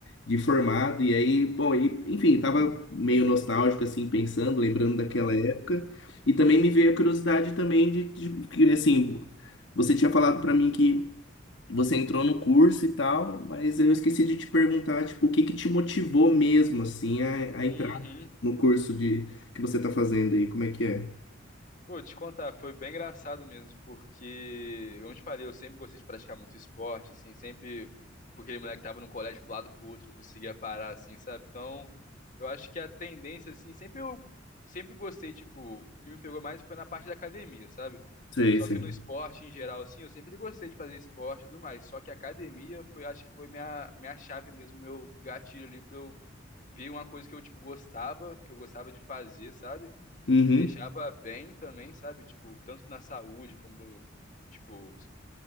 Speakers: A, on the left; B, on the left.
A: de formado. E aí, bom, e, enfim, tava meio nostálgico, assim, pensando, lembrando daquela
B: Ah.
A: época. E também me veio a curiosidade também de, de que, assim, você tinha falado pra mim que você entrou no curso e tal, mas eu esqueci de te perguntar, tipo, o que que te motivou mesmo, assim, a, a
B: Uhum.
A: entrar no curso de que você tá fazendo aí? Como é que é?
B: Pô, te contar, foi bem engraçado mesmo, porque, como eu te falei, eu sempre gostei de praticar muito esporte, assim, sempre, porque aquele moleque que tava no colégio pro lado pro outro, não conseguia parar, assim, sabe? Então, eu acho que a tendência, assim, sempre eu, sempre gostei, tipo, o que me pegou mais foi na parte da academia, sabe?
A: Sei,
B: Só
A: sei.
B: que no esporte, em geral, assim, eu sempre gostei de fazer esporte e tudo mais, só que a academia foi, acho que foi minha, minha chave mesmo, meu gatilho ali pra eu ver uma coisa que eu, tipo, gostava, que eu gostava de fazer, sabe?
A: Uhum.
B: me deixava bem também, sabe? Tipo, tanto na saúde como, tipo,